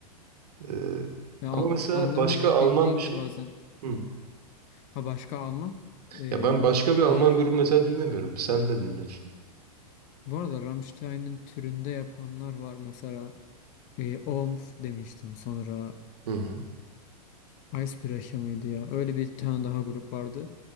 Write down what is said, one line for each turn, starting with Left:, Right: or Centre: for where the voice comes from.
Right: Ee,
Left: ya
Right: ama
Left: an-
Right: mesela
Left: anlamını
Right: başka Alman
Left: bildiğinde
Right: bir şey.
Left: bazen
Right: Hı.
Left: ha başka Alman e,
Right: Ya ben başka
Left: var.
Right: bir Alman grubu mesela dinlemiyorum. Sen ne dinliyorsun?
Left: Bu arada Rammstein'in türünde yapanlar var. Mesela e, Omf demiştim sonra
Right: Hı hı.
Left: Icebreaker mıydı ya? Öyle bir tane daha grup vardı.